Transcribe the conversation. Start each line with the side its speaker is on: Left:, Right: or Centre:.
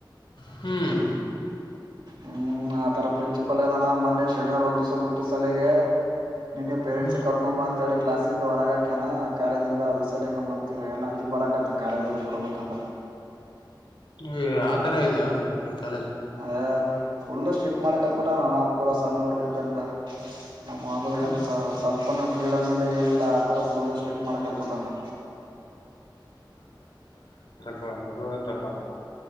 Left: ಹ್ಮ್
Right: ಹ್ಮ್ ಆತರ ಪ್ರಿನ್ಸಿಪಲ್ ಇದಾನ ಮೊನ್ನೆ ಶನಿವಾರ್ ಒಂದ್ ದಿಸ್ ಬಿಟ್ಟು ಸಲಗೆ. <unintelligible> ಪೇರೆಂಟ್ಸ್ಸ
Left: ಹ್ಮ್
Right: ಕರ್ಕೋಂಬಾ ಅಂತೇಳಿ. ಕ್ಲಾಸಿಂದ ಹೊರಗಾಕ್ಯನಾ ಕಾಲೇಜಿಂದ ಅದು ಸಲಗೆ ಮತ್ತ ಎಲ್ಲ <unintelligible> ಬರಕಂತ ಕಾಲೇಜ ಎಲ್ಲ ಬಿಡ್ಬೇಕಂದ್ರ.
Left: ಈ ಆತರ ಇದಾ ನಿಮ್ ಕಾಲೇಜ್.
Right: ಏ ಫುಲ್ ಸ್ಟ್ರಿಕ್ ಮಾಡಕ್ ಹತ್ಬಿಟ್ಟ ನಾನ <unintelligible> ಸಣ್ಣ ಹುಡುಗರ ಇದ್ದಂಗ ನಮ್ಮ ಅಂದ್ರ <unintelligible>
Left: ಹ್ಮ್
Right: ಸ್ವಲ್ ಸ್ವಲ್ಪನಾ ಫ್ರೀಡಮ್ ಇಲ್ಲಾ ಏನಿಲ್ಲ ಆ ತರ ಫುಲ್ ಸ್ಟಿಕ್ ಮಾಡ್ಕದ್ಬಿಟ್ಟನ್ನ.
Left: ಅದು <unintelligible>